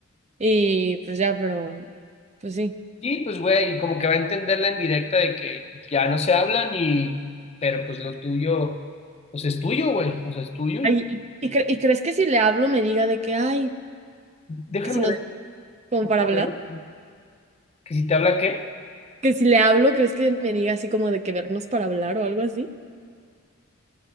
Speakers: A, on the right; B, on the left.
A: y pues ya, pero pues sí.
B: sí, pues, güey, como que va a entenderla en directa de que ya no se hablan y, pero pues lo tuyo, pues es tuyo, güey, o sea, es tuyo y
A: Ay, y, y cre- ¿y crees que si le hablo me diga de que, ay,
B: déjame
A: que si nos,
B: ver,
A: como
B: déjame
A: para hablar?
B: ver que si te habla qué,
A: Que si le hablo, ¿crees que me diga así como de que vernos para hablar o algo así?